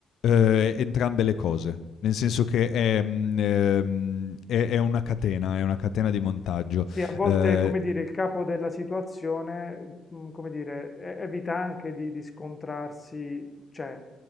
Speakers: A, on the left; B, on the left.
A: Eh, entrambe le cose, nel senso
B: Mm.
A: che è, mm, ehm, è- è una catena, è una catena di montaggio.
B: Sì, a volte,
A: Eh,
B: come dire, il capo della situazione, mm, come dire, e- evita anche di, di scontrarsi, cioè,